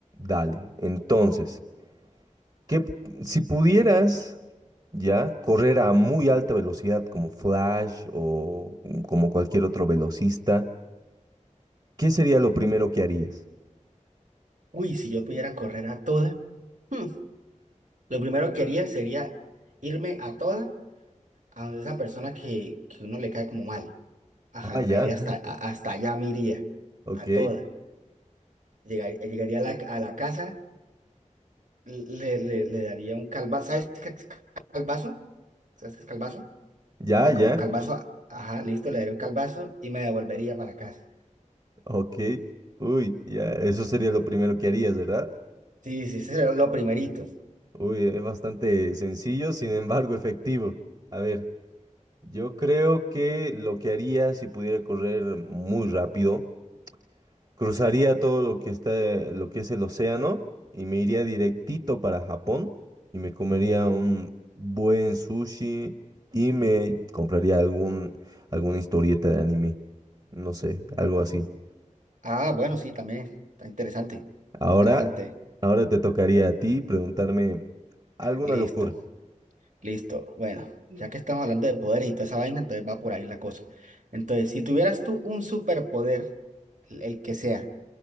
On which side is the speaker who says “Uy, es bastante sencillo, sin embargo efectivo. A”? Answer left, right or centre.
Right